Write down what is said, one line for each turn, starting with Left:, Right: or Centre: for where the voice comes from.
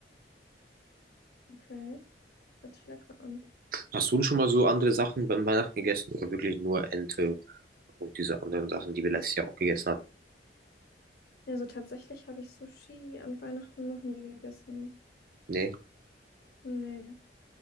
Left: Okay, hört sich lecker an.
Right: Hast du schon mal so andere Sachen beim Weihnachten gegessen oder wirklich nur Ente und diese anderen Sachen, die wir letztes Jahr auch gegessen hatten?
Left: Also tatsächlich habe ich Sushi an Weihnachten noch nie gegessen.
Right: Nee.
Left: Nee,